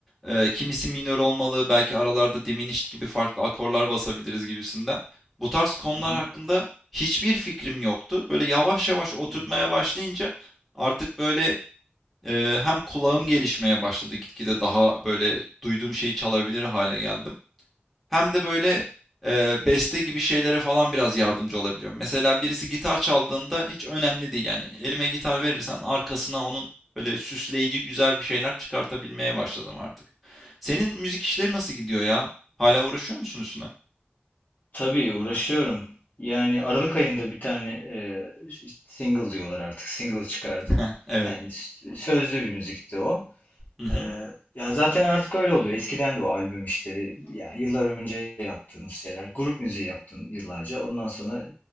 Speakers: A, in the centre; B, on the left (about 45°).
A: eee, kimisi minör olmalı, belki aralarda diminished gibi farklı akorlar basabiliriz gibisinden. Bu tarz konular
B: Hı hı.
A: hakkında hiçbir fikrim yoktu. Böyle yavaş yavaş oturtmaya
B: Hı.
A: başlayınca artık böyle, eee, hem kulağım gelişmeye başladı. Gitgide daha böyle duyduğum şeyi çalabilir hale geldim. Hem de böyle, eee, beste gibi şeylere falan biraz yardımcı olabiliyorum. Mesela birisi gitar çaldığında hiç önemli değil yani. Elime gitar verirsen arkasına onun böyle süsleyici güzel bir şeyler çıkartabilmeye başladım artık. Senin müzik işleri nasıl gidiyor ya? Hala uğraşıyor musun üstüne?
B: Tabii uğraşıyorum. Yani Aralık ayında bir tane e, single diyorlar artık. Single çıkardım.
A: <laughs> Evet.
B: Yani s- sözlü bir müzikti o.
A: Hı hı.
B: Ee, ya zaten artık öyle oluyor. Eskiden de o albüm işleri, yani yıllar önce yaptığınız şeyler. Grup müziği yaptın yıllarca. Ondan sonra